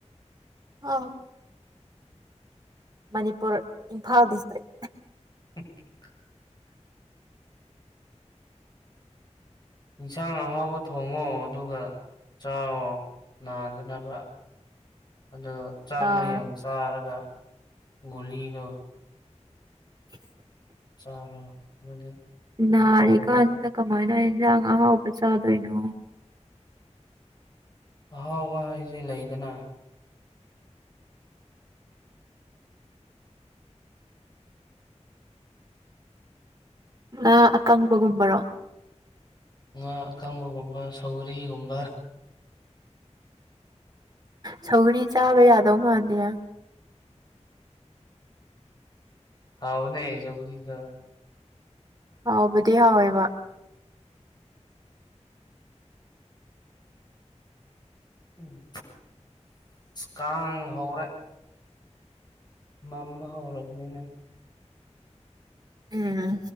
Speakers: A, on the right; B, on the left.
A: ꯑ ꯃꯅꯤꯄꯨꯔ ꯏꯝꯐꯥꯜ ꯗꯤꯁꯇ꯭ꯔꯤꯛ
B: <unintelligible> ꯏꯟꯁꯥꯡ ꯑꯍꯥꯎꯕ ꯊꯣꯡꯉꯣ ꯑꯗꯨꯒ ꯆꯥꯎꯣ ꯅꯥꯟꯗꯅꯕ ꯑꯣ ꯆꯥꯛꯗꯣ
A: ꯅꯥꯔ
B: ꯌꯥꯝ ꯆꯥꯔꯒ ꯒꯨꯂꯤꯗꯣ
A: <unintelligible>
B: ꯆꯥꯔꯣ ꯑꯗꯨꯗꯤ ꯀꯩꯁꯨ
A: ꯅꯥꯔꯤꯀꯥꯟꯁꯤꯗ
B: ꯇꯧꯔꯦꯕ
A: ꯀꯃꯥꯏꯅ ꯏꯟꯖꯥꯡ ꯑꯍꯥꯎꯕ ꯆꯥꯗꯣꯏꯅꯣ
B: ꯑꯍꯥꯎꯕ ꯍꯥꯏꯁꯦ ꯂꯩꯗꯅ
A: ꯉꯥ ꯑꯀꯪꯕꯒꯨꯝꯕꯔꯣ
B: ꯉꯥ ꯑꯀꯪꯕꯒꯨꯝꯕ ꯁꯧꯔꯤꯒꯨꯝꯕ
A: ꯁꯧꯔꯤ ꯆꯥꯕ ꯌꯥꯗꯧ ꯃꯥꯥꯟꯂꯦ
B: ꯍꯥꯎꯅꯦ ꯆꯧꯒꯔꯤꯗ
A: ꯍꯥꯎꯕꯗꯤ ꯍꯥꯎꯋꯦꯕ
B: ꯎꯝ ꯀꯥꯡ ꯍꯧꯔꯦ ꯃꯝꯕ ꯍꯧꯔꯔꯕꯅꯤꯅ
A: ꯎꯝ